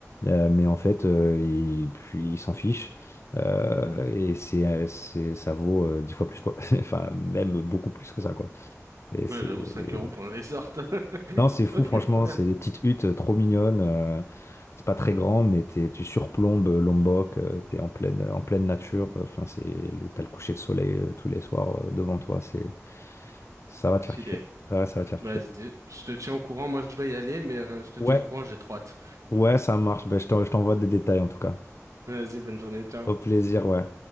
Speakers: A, on the left; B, on the right.
A: Euh, mais en fait, euh, il, puis il s'en fiche euh, et c'est, euh, c'est, ça vaut euh, dix fois plus quoi. <laughs> Enfin, même beaucoup plus que ça quoi. Et c'est,
B: Ouais, j'avoue, 5 euros pour un resort. <laughs>
A: non, c'est fou
B: Ok,
A: franchement.
B: trop bien.
A: C'est des petites huttes euh, trop mignonnes. euh, c'est pas très grand, mais t'es, tu surplombes euh, Lombok. euh, t'es en pleine, en pleine nature. Enfin, c'est, le- t'as le coucher de soleil euh, tous les soirs euh, devant toi. C'est, ça va te faire
B: Stylé.
A: kiffer. Ouais, ça va te faire
B: Vas-y,
A: kiffer.
B: je te tiens au courant. Moi, je dois y aller, mais euh, je te
A: Ouais,
B: tiens au courant, j'ai trop hâte.
A: ouais, ça marche. Ben, je t'en- je t'envoie des détails en tout cas.
B: Vas-y, bonne journée, ciao.
A: Au plaisir, ouais.